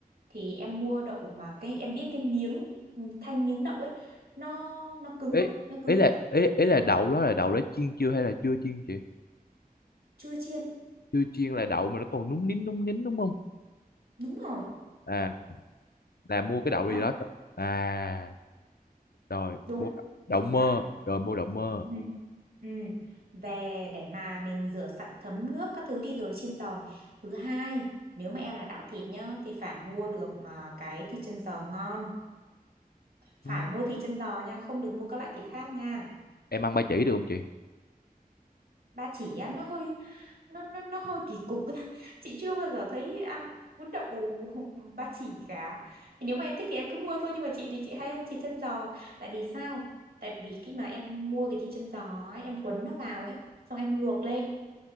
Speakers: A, on the right; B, on the left.
A: Thì em mua đậu mà cái em biết cái miếng ừ, thanh miếng đậu ấy nó nó cứng
B: Ý,
A: không? Nó cứng
B: ý là ý, ý là đậu đó là đậu đã chiên chưa hay là chưa chiên chị?
A: chưa chiên.
B: Chưa chiên là đậu mà nó còn núng nín núng nín đúng không?
A: Đúng rồi.
B: À, là mua cái đậu
A: Đó,
B: gì đó. À. rồi
A: đúng,
B: mua đậu
A: chính
B: mơ
A: xác.
B: rồi mua đậu mơ
A: Ừ. Ừ. Về để mà mình rửa sạch thấm nước các thứ đi rồi chiên giòn. Thứ hai, nếu mà em là đạo thịt nhá thì phải mua được à, cái thịt chân giò ngon, phải
B: Ừ.
A: mua thịt chân giò nha, không được mua các loại thịt khác nha.
B: em ăn ba chỉ được không chị
A: ba chỉ á nó hơi nó nó nó hơi kỳ cục ấy. <laughs> chị chưa bao giờ thấy ăn bún đậu ba chỉ cả thì nếu mà em thích thì em cứ mua thôi nhưng mà chị thì chị hay ăn thịt chân giò tại vì sao tại vì khi mà em mua cái thịt chân giò ấy, em cuốn nó vào ấy xong em luộc lên